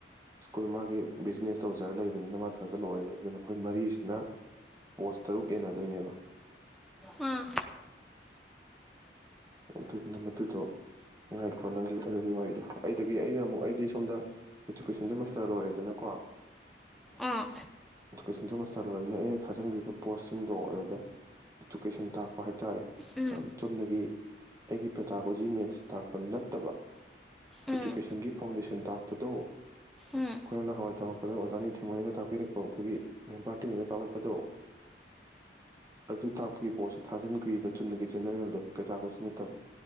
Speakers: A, on the right; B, in the centre.
A: ꯁ꯭ꯀꯨꯜ ꯃꯥꯒꯤ ꯕꯤꯖꯤꯅꯦꯁ ꯇꯧꯖꯔ ꯂꯩꯕꯅꯤꯅ ꯃꯥ ꯊꯥꯖꯜꯂꯛꯑꯣꯏꯕ꯫ ꯑꯗꯨꯅ ꯑꯩꯈꯣꯏ ꯃꯔꯤꯁꯤꯅ ꯄꯣꯁ ꯇꯔꯨꯛ ꯌꯦꯟꯅꯗꯣꯏꯅꯦꯕ꯫
B: ꯑꯥ
A: ꯑꯗꯨꯗꯨꯅ ꯃꯗꯨꯗꯣ꯫ ꯉꯥꯏꯈꯣ ꯅꯪꯒꯤ ꯑꯗꯨꯒꯤ ꯋꯥꯔꯤꯗꯣ ꯑꯩꯗꯒꯤ ꯑꯩꯅ ꯑꯃꯨꯛ ꯑꯩꯗꯤ ꯁꯣꯝꯗ ꯏꯗꯨꯀꯦꯁꯟꯗ ꯃꯁꯇꯔ ꯂꯣꯏꯔꯦꯗꯅꯀꯣ꯫
B: ꯑꯥ
A: ꯏꯨꯀꯦꯁꯟꯗ ꯃꯁꯇꯔ ꯂꯣꯏꯔꯝꯅꯤꯅ ꯑꯩꯅ ꯊꯥꯖꯤꯟꯈ꯭ꯔꯤꯕ ꯄꯣꯁꯁꯤꯡꯗꯣ ꯑꯗꯨꯗ ꯏꯗꯨꯀꯦꯁꯟ ꯇꯥꯛꯄ ꯍꯥꯏꯇꯥꯔꯦ꯫
B: ꯎꯝ
A: ꯆꯨꯝꯅꯒꯤ ꯑꯩꯒꯤ ꯄꯦꯊꯂꯣꯖꯤ ꯃꯦꯠꯁ ꯇꯥꯛꯄ ꯅꯠꯇꯕ
B: ꯎꯝ
A: ꯏꯗꯨꯨꯀꯦꯁꯟꯒꯤ ꯐꯥꯎꯟꯗꯦꯁꯟ ꯇꯥꯛꯄ ꯄꯗꯣ ꯑꯩꯈꯣꯏꯅ
B: ꯎꯝ
A: ꯅꯍꯥꯟꯋꯥꯏ ꯇꯝꯃꯛꯄꯗ ꯑꯣꯖꯥ ꯅꯤꯡꯊꯦꯝ ꯍꯣꯏꯅ ꯇꯥꯛꯄꯤꯔꯛ ꯑꯩꯈꯣꯏꯒꯤ ꯃꯦꯝ ꯄꯥꯔꯇꯤ ꯍꯣꯏꯅ ꯇꯥꯛꯂꯛꯄꯗꯣ꯫ ꯑꯗꯨ ꯇꯥꯛꯄꯒꯤ ꯄꯣꯠꯁꯨ ꯊꯥꯖꯤꯟꯈ꯭ꯔꯤꯕ ꯆꯨꯝꯅꯒꯤ ꯖꯦꯅꯦꯔꯦꯜꯗꯣ ꯄꯩꯇꯥꯥꯀꯣꯔꯤꯁ ꯅꯠꯇꯕ꯫